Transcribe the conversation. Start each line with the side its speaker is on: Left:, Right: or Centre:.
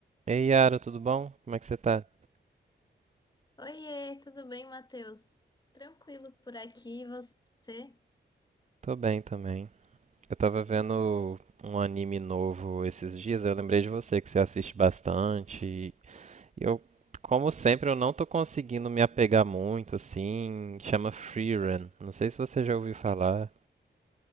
Right: Ei, Yara, tudo bom? Como é que você tá?
Left: Oiê, tudo bem, Matheus? Tranquilo por aqui, e você?
Right: Tô bem também. Eu tava vendo um anime novo esses dias, eu lembrei de você que você assiste bastante. E eu, como sempre, eu não tô conseguindo me apegar muito, assim. Chama Free Run. Não sei se você já ouviu falar.